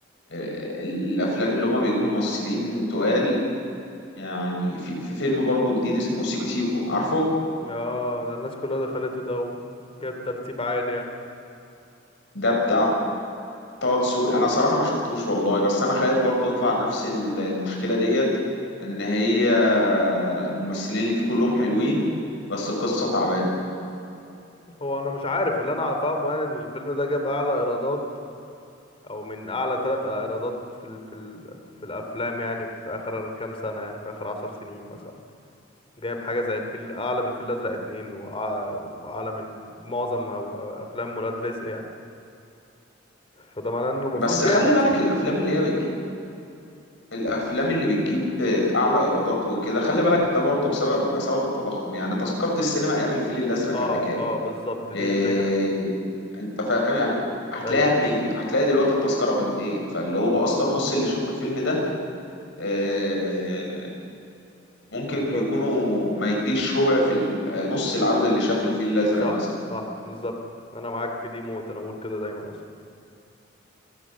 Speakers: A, on the left; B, on the left.
A: ال- الافلام اللي هما بيجيبوا ممثلين تقال يعني في, في فيلم برضو جديد اسمه سيكو سيكو عارفه
B: اه ده الناس كلها دخلته ده وجاب ترتيب عالي يعني
A: ده بتاع طه دسوقي انا صراحه ما شفتوش والله بس انا خايف برضو يطلع نفس ال- المشكله ديت ان هي الممثلين اللي فيه كلهم حلوين بس القصه تعبانه
B: هو انا مش عارف اللي انا فاهمه يعني ان الفيلم ده جاب اعلى ايرادات او من اعلى ثلاث ايرادات في ال في ال في الافلام يعني في اخر كام سنة يعني في اخر عشر سنين مثلا جايب حاجة زي الفيل اعلى من الفيل الازرق اتنين وأع- واعلى من معظم او افلام ولاد رزق يعني فده معناه انه المفروض
A: بس
B: جامد
A: خلي بالك الافلام اللي هي بتجيب الافلام اللي بتجيب اعلى ايرادات وكده خلي بالك ده برضو بسبب بسبب التضخم يعني تذكره السينما ايام الفيل الازرق
B: اه
A: كانت بكام
B: اه بالظبط دي
A: إيه...
B: الفكرة
A: انت فاهم يعني هتلاقيها
B: ايوه
A: ب 100 هتلاقي دلوقتي التذكره ب 200 فاللي هو اصلا نص اللي شافوا الفيلم ده آه، ممكن
B: بالظبط
A: يكونوا ما يجيش ربع في ال- نص العدد اللي شاف الفيل الأزرق
B: صح
A: مثلا
B: صح بالظبط انا معاك في دي موت انا بقول كده دايما اصلا